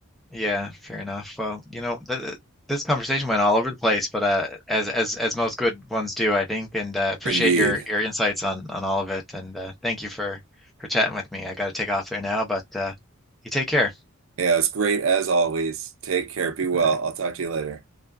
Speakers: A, in the centre; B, on the right.
A: Yeah, fair enough. Well, you know, th th- this conversation went all over the place, but uh, as as as most good ones do, I think, and uh, appreciate
B: Indeed.
A: your your insights on on all of it, and uh, thank you for for chatting with me. I got to take off there now, but uh, you take care.
B: Yeah, it's great as always. Take care, be well.
A: All right,
B: I'll talk to you later.